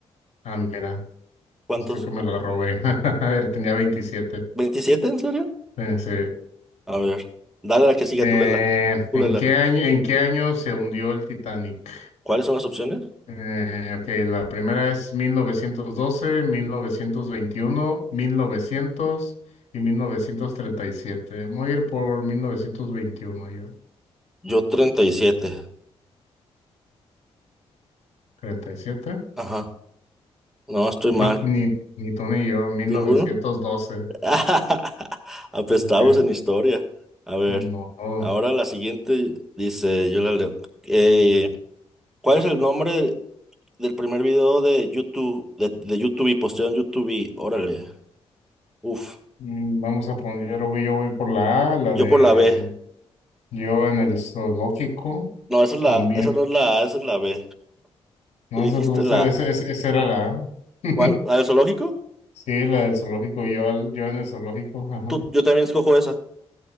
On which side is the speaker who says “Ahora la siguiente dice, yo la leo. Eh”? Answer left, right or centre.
Centre